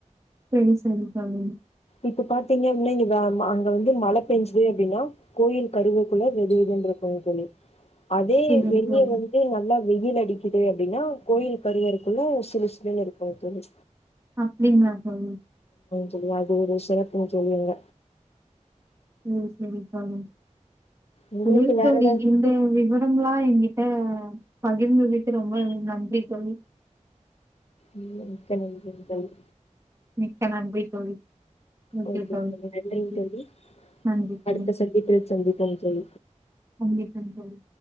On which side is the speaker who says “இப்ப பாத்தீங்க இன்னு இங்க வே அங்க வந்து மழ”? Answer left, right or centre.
Left